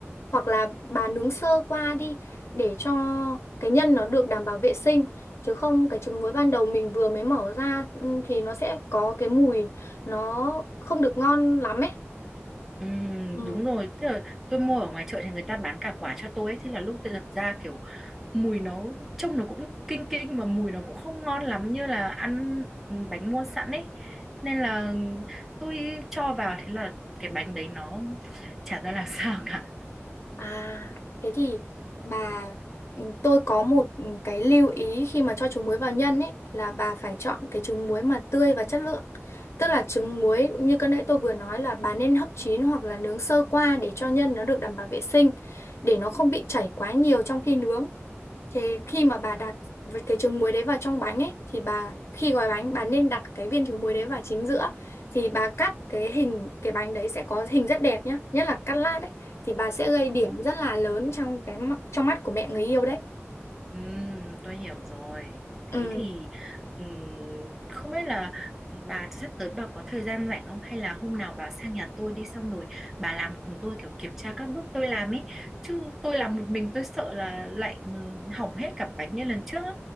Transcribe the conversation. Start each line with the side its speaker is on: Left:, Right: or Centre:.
Left: Hoặc là bà nướng sơ qua đi để cho cái nhân nó được đảm bảo vệ sinh. Chứ không cái trứng muối ban đầu mình vừa mới mở ra ừ, thì nó sẽ có cái mùi nó không được ngon lắm ấy.
Centre: Ừ,
Left: Ừ.
Centre: đúng rồi, tức là tôi mua ở ngoài chợ thì người ta bán cả quả cho tôi ấy. Thế là lúc tôi đập ra kiểu mùi nó trông nó cũng kinh kinh và mùi nó cũng không ngon lắm như là ăn ừ, bánh mua sẵn ấy nên là tôi cho vào thế là cái bánh đấy nó chả ra làm <laughs> sao cả
Left: À, thế thì bà ừ, tôi có một ừ, cái lưu ý khi mà cho trứng muối vào nhân ấy là bà phải chọn cái trứng muối mà tươi và chất lượng. Tức là trứng muối như cái nãy tôi vừa nói là bà nên hấp chín hoặc là nướng sơ qua để cho nhân nó được đảm bảo vệ sinh để nó không bị chảy quá nhiều trong khi nướng. Thế khi mà bà
Centre: ừ,
Left: đặt v- cái trứng muối đấy vào trong bánh ấy thì bà khi gói bánh bà nên đặt cái viên trứng muối đấy vào chính giữa thì bà cắt cái hình cái bánh đấy sẽ có hình rất đẹp nhá, nhất là cắt lát ấy thì bà sẽ gây
Centre: Ờ.
Left: điểm rất là lớn trong cái m- trong mắt của mẹ người yêu đấy.
Centre: Ừm, tôi hiểu rồi thế
Left: Ừ.
Centre: thì ừm, không biết là bà sắp tới bà có thời gian rảnh không hay là hôm nào bà sang nhà tôi đi xong rồi bà làm cùng tôi kiểu kiểm tra các bước tôi làm ấy chứ tôi làm một mình tôi sợ là lại ừm, hỏng hết cả bánh như lần trước